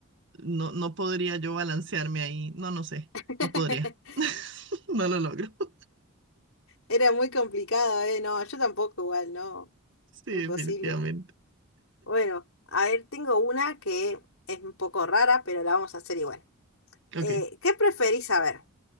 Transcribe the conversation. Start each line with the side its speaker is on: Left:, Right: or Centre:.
Right: no, no podría yo balancearme ahí. No, no sé,
Left: <laughs>
Right: no podría. <laughs> No lo logro. <laughs>
Left: Era muy complicado, ¿eh? No, yo tampoco, igual, no.
Right: Sí,
Left: Imposible.
Right: definitivamente.
Left: Bueno, a ver, tengo una que es un poco rara, pero la vamos a hacer igual.
Right: Ok.
Left: Eh, ¿qué preferís saber?